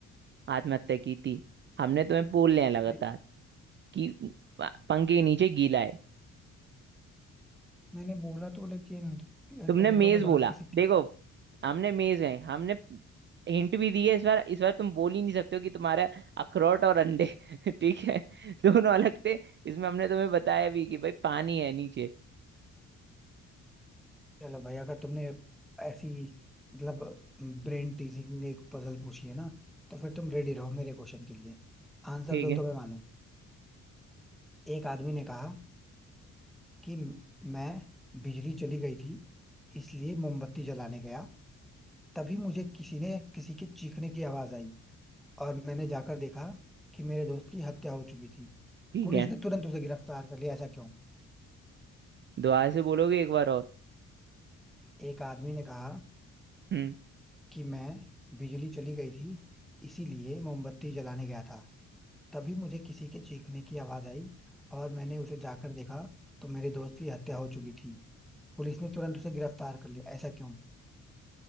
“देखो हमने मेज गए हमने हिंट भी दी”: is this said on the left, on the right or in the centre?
Right